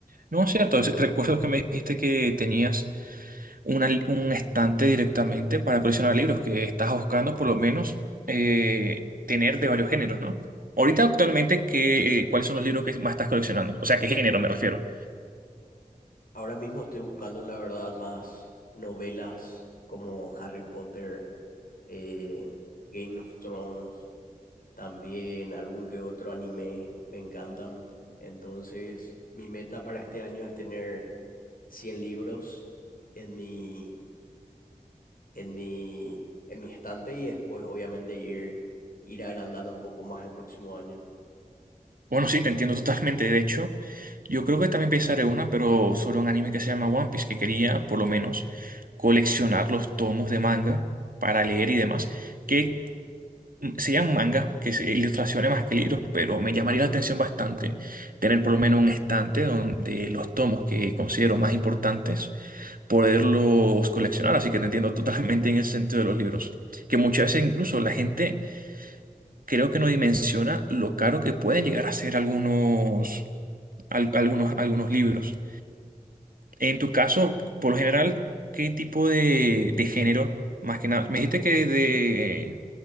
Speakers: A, on the right; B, on the left.
A: No, es cierto, es- recuerdo que me dijiste que tenías una li- un estante directamente para coleccionar libros, que estás buscando por lo menos eh, tener de varios géneros, ¿no? Ahorita actualmente, ¿qué, eh, cuáles son los libros que más estás coleccionando? O sea, ¿qué género me refiero?
B: Ahora mismo estoy buscando, la verdad, más novelas como Harry Potter, eh, Game of Thrones, también algún que otro anime, me encantan. Entonces, mi meta para este año es tener 100 libros en mi, en mi, en mi estante y después obviamente ir, ir agrandando un poco más el próximo año.
A: Bueno, sí, te entiendo totalmente. De hecho, yo creo que también pensaré una, pero sobre un anime que se llama One Piece, que quería por lo menos coleccionar los tomos de manga para leer y demás, que mm, serían mangas, que se ilustraciones más que libros, pero me llamaría la atención bastante tener por lo menos un estante donde los tomos que considero más importantes, poderlos coleccionar. Así que te entiendo totalmente en ese sentido de los libros. Que muchas veces incluso la gente creo que no dimensiona lo caro que pueden llegar a ser algunos al- algunos, algunos libros. En tu caso, por lo general, ¿qué tipo de, de género? Más que nada, me dijiste que de